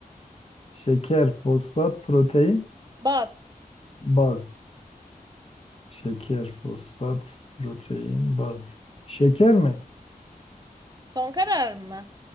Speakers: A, on the left; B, on the right.
A: Şeker, fosfat, protein,
B: Baz.
A: baz. Şeker, fosfat, protein, baz. Şeker mi?
B: Son karar mı?